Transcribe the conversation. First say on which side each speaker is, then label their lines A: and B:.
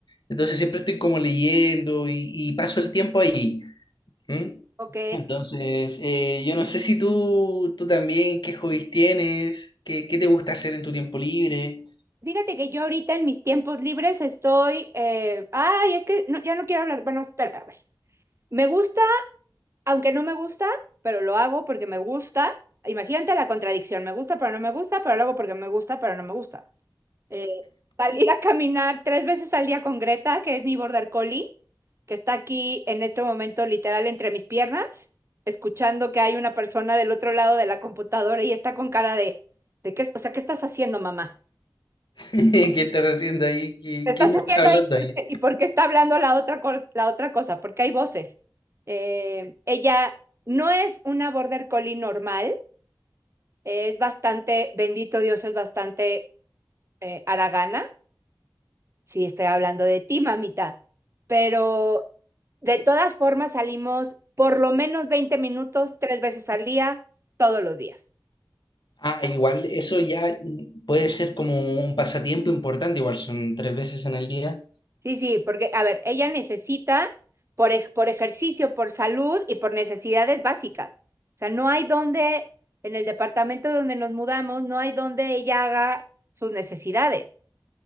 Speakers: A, on the left (about 75°); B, on the right (about 35°).
A: entonces siempre estoy como leyendo y, y paso el tiempo ahí. ¿Mm?
B: ¿ok?
A: Entonces, eh, yo no sé si tú, tú también, qué hobbies tienes, qué, qué te gusta hacer en tu tiempo libre,
B: Fíjate que yo ahorita en mis tiempos libres estoy, eh, ay, es que no- ya no quiero hablar, bueno, espera, a ver. Me gusta, aunque no me gusta, pero lo hago porque me gusta. Imagínate la contradicción, me gusta, pero no me gusta, pero lo hago porque me gusta, pero no me gusta. Eh, salir a caminar tres veces al día con Greta, que es mi border collie, que está aquí en este momento literal entre mis piernas, escuchando que hay una persona del otro lado de la computadora y está con cara de, de qué, o sea, ¿qué estás haciendo, mamá?
A: <laughs> qué estás haciendo ahí, ¿Qué-
B: ¿Qué estás
A: quién
B: haciendo
A: está hablando
B: ahí? ¿Por
A: ahí.
B: qué- ¿Y por qué está hablando la otra, cor- la otra cosa? Porque hay voces. Eh, ella no es una border collie normal, es bastante, bendito Dios, es bastante eh, haragana. Sí, estoy hablando de ti, mamita. Pero de todas formas salimos por lo menos 20 minutos, tres veces al día, todos los días.
A: Ah, igual, eso ya mm, puede ser como un pasatiempo importante, igual son tres veces en el día.
B: Sí, sí, porque, a ver, ella necesita por, ej- por ejercicio, por salud y por necesidades básicas. O sea, no hay donde, en el departamento donde nos mudamos, no hay donde ella haga sus necesidades.